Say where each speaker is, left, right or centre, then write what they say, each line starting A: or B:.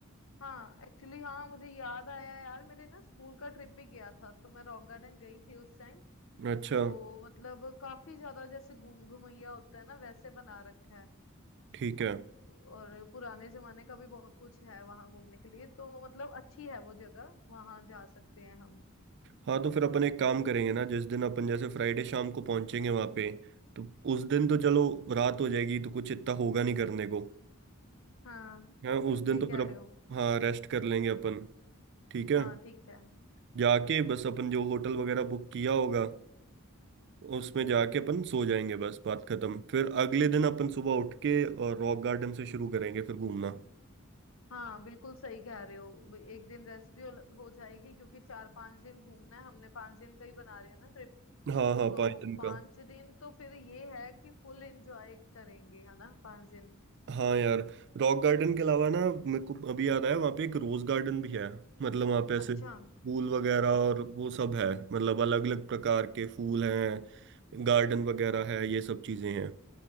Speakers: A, on the left (about 70°); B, on the right (about 55°).
A: हाँ एक्चुअली हाँ मुझे याद आया यार मेरे ना स्कूल का ट्रिप भी गया था तो मैं रॉक गार्डन गई थी उस टाइम
B: अच्छा
A: तो मतलब काफी ज्यादा जैसे घूम घूमैया होता है ना वैसे बना रखा है
B: ठीक है
A: और पुराने जमाने का भी बहुत कुछ है वहां घूमने के लिए तो मतलब अच्छी है वो जगह वहां जा सकते हैं हम
B: हाँ तो फिर अपन एक काम करेंगे ना जिस दिन अपन जैसे फ्राइडे शाम को पहुंचेंगे वहां पे तो उस दिन तो चलो रात हो जाएगी तो कुछ इतना होगा नहीं करने को
A: हाँ
B: हाँ उस दिन
A: सही
B: तो
A: कह
B: फिर अप,
A: रहे हो
B: हाँ रेस्ट कर लेंगे अपन ठीक है
A: हाँ ठीक है
B: जाके बस अपन जो होटल वगैरह बुक किया होगा उसमें जाके अपन सो जाएंगे बस बात खत्म फिर अगले दिन अपन सुबह उठ के और रॉक गार्डन से शुरू करेंगे फिर घूमना
A: हाँ बिल्कुल सही कह रहे हो एक दिन रेस्ट भी हो हो जाएगी क्योंकि चार पांच दिन घूमना है हमने पांच दिन का ही बना रहे हैं ना ट्रिप
B: हाँ हाँ
A: तो
B: पायथन
A: पांच
B: का
A: दिन तो फिर ये है कि फुल एंजॉय करेंगे है ना पांच दिन
B: हाँ यार रॉक गार्डन के अलावा ना मेरे को अभी याद आया वहाँ पे एक रोज गार्डन भी है मतलब वहाँ पे ऐसे
A: अच्छा
B: फूल वगैरह और वो सब है मतलब अलग अलग प्रकार के फूल हैं गार्डन वगैरह है ये सब चीजें हैं